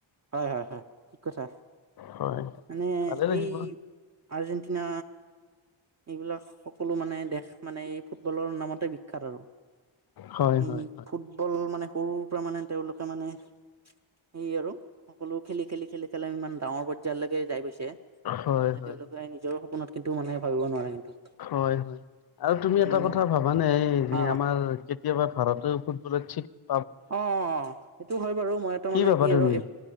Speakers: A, on the right; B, on the left.
A: হয় হয় হয় ঠিক কথা
B: হয়
A: মানে
B: ভালে লাগিব
A: এই
B: হয়
A: আৰ্জেণ্টিনা এইবিলাক সকলো মানে দেশ মানে এই ফুটবলৰ নামতে বিখ্যাত আৰু।
B: হয়
A: এই
B: হয়
A: ফুটবল মানে সৰুৰ পৰা মানে তেওঁলোকে মানে সেইয়া আৰু সকলো খেলি-খেলি-খেলি-খেলি ইমান ডাঙৰ পৰ্যায়লৈকে যাই গৈছে। মানে
B: হয় হয়
A: তেওঁলোকে নিজৰ সপোনত কিন্তু মানে ভাবিব নোৱাৰে।
B: হয়-হয়। আৰু তুমি
A: ইমান
B: এটা কথা
A: মান
B: ভাবানে এই যে
A: অ
B: আমাৰ- কেতিয়াবা ভাৰতেও ফুটবল বিলাক
A: অঁ', -অঁ', -অঁ', সেইটো হয় বাৰু। মই এটা মানে
B: ভাবা
A: কি
B: তুমি?
A: আৰু-